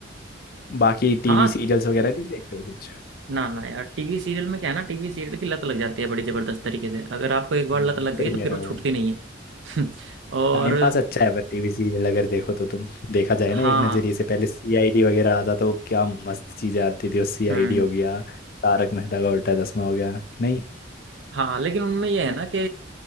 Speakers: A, on the left (about 50°); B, on the right (about 75°).
A: बाकी टीवी
B: हाँ
A: सीरियल्स वगैरह नहीं देखते हो कुछ
B: ना ना यार टीवी सीरियल में क्या है ना टीवी सीरियल की लत लग जाती है बड़ी जबरदस्त तरीके से अगर आपको एक
A: हम्म,
B: बार लत लग गई
A: सही
B: तो
A: कह
B: फिर
A: रहे
B: वो
A: हो
B: छूटती
A: भाई
B: नहीं है <laughs> और
A: टाइम पास अच्छा है पर टीवी सीरियल अगर देखो तो तुम देखा जाए ना
B: हाँ
A: एक नजरिए से पहले सीआईडी वगैरह आता तो क्या मस्त चीजें आती थी सीआईडी
B: हम्म
A: हो गया तारक मेहता का उल्टा चश्मा हो गया नहीं
B: हाँ लेकिन उनमें यह है ना कि